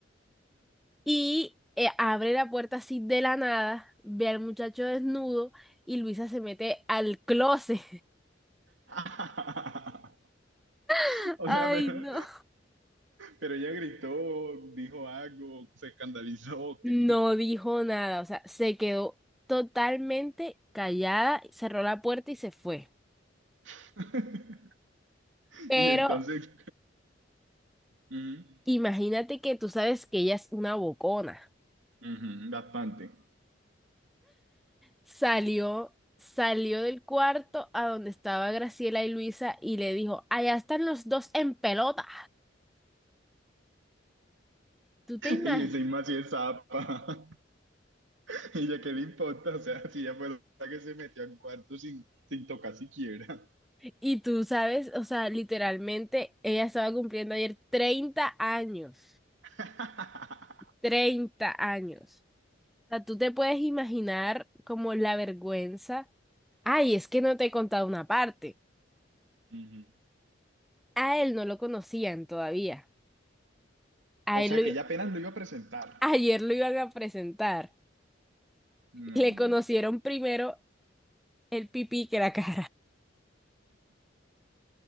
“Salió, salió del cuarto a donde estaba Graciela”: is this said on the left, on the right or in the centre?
Centre